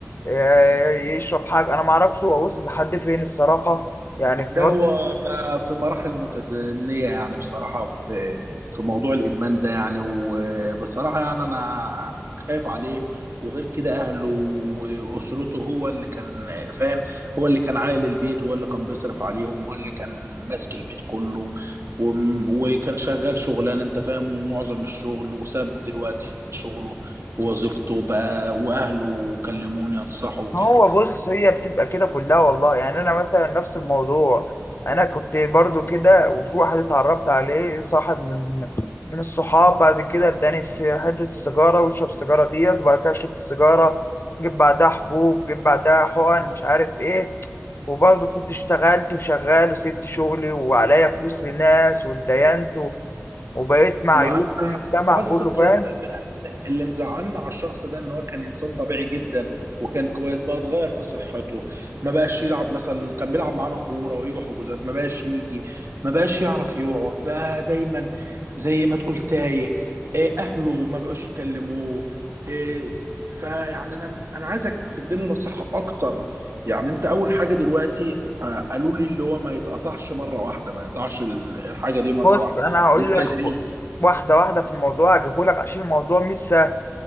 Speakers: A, on the left; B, on the right.
A: آه، يشرب حاجة أنا معرفش هو وصل لحد فين الصراحة يعني في
B: ده
A: فترة
B: هو بقى في مراحل متدنية يعني بصراحة في في موضوع الإدمان ده يعني وبصراحة يعني أنا خايف عليه وغير كده أهله وأسرته هو اللي كان فاهم هو اللي كان عائل البيت وهو اللي كان بيصرف عليهم وهو اللي كان ماسك البيت كله وم- وكان شغال شغلانة أنت فاهم ومعظم الشغل وساب دلوقتي شغله ووظيفته بقى وأهله كلموني أنصحه وكده
A: هو بص هي بتبقى كده كلها والله يعني أنا مثلا نفس الموضوع أنا كنت برضو كده وفي واحد اتعرفت عليه صاحب من من الصحاب بعد كده اداني في حتة السيجارة واشرب السيجارة ديت وبعد كده شربت السيجارة جيب بعدها حبوب جيب بعدها حقن مش عارف ايه وبرضه كنت اشتغلت وشغال وسبت شغلي وعليا فلوس لناس واتدينت و- وبقيت معيوب
B: وانا
A: في المجتمع كله
B: بس ب... ب...
A: فاهم
B: ب... اللي مزعلنا على الشخص ده ان هو كان انسان طبيعي جدا وكان كويس بقى اتغير في صحته ما بقاش يلعب مثلا كان بيلعب معانا كوره ويجي حجوزات ما بقاش يجي ما بقاش يعرف يقعد بقى دايما زي ما تقول تايه إيه اهله ما بقوش يكلموه إيه فيعني انا انا عايزك تديني نصيحه اكتر يعني انت اول حاجه دلوقتي آه، قالوا لي اللي هو ما يتقطعش مره واحده ما يقطعش ال- الحاجه دي مره
A: بص
B: واحده
A: انا هقول
B: دول
A: لك
B: تدريجي
A: خ- واحده واحده في الموضوع هجيبه لك عشان الموضوع مش سهل